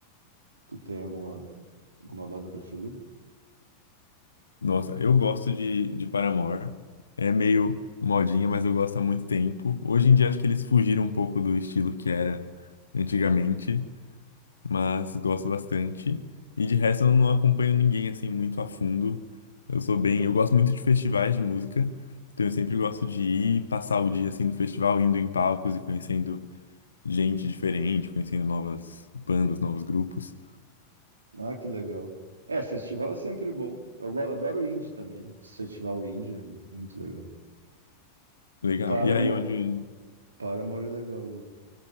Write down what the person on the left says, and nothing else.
Nossa, eu gosto de, de Paramore. É meio modinha, mas eu gosto há muito tempo. Hoje em dia acho que eles fugiram um pouco do estilo que era antigamente, mas gosto bastante. E de resto eu não acompanho ninguém assim muito a fundo. Eu sou bem, eu gosto muito de festivais de música, então eu sempre gosto de ir passar o dia assim no festival, indo em palcos e conhecendo gente diferente, conhecendo novas bandas, novos grupos.
Legal.
E aí onde.